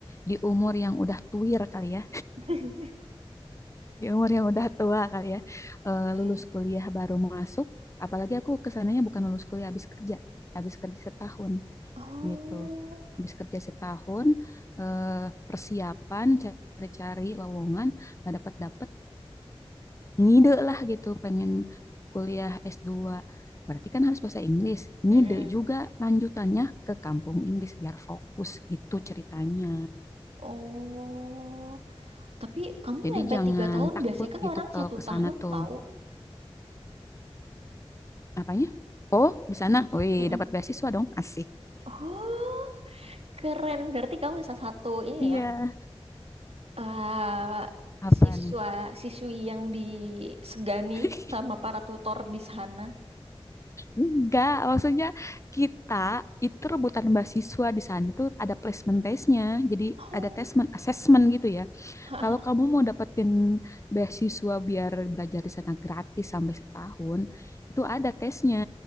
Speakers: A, on the left (about 30°); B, on the right (about 80°).
A: di umur yang udah tuir kali ya,
B: <laughs>
A: di umur yang udah tua kali ya, eh,
B: Mm.
A: lulus kuliah baru masuk. Apalagi aku kesananya bukan lulus kuliah, habis kerja, habis kerja setahun
B: Oh.
A: gitu, habis kerja setahun eh, persiapan cari-cari lowongan nggak dapat dapat ngide lah gitu pengen kuliah S2 berarti kan harus bahasa Inggris ngide
B: Mm-mm.
A: juga lanjutannya ke kampung Inggris biar fokus gitu ceritanya
B: Oh, tapi kamu
A: jadi
B: sampai
A: jangan
B: tiga tahun
A: takut
B: biasanya kan
A: gitu
B: orang
A: kalau
B: satu
A: ke
B: tahun
A: sana tuh
B: tahu.
A: apanya oh di sana wih
B: Mm-mm.
A: dapat beasiswa dong asik
B: Oh, keren. Berarti kamu salah satu ini
A: Iya.
B: ya, eh,
A: apa
B: siswa
A: nih
B: siswi yang disegani
A: <laughs>
B: sama para tutor di sana.
A: Enggak, maksudnya kita itu rebutan beasiswa di sana tuh ada placement testnya, jadi
B: Oh,
A: ada tesmen assessment gitu ya.
B: <laughs>
A: Kalau kamu mau dapetin beasiswa biar belajar di sana gratis sampai setahun, itu ada tesnya.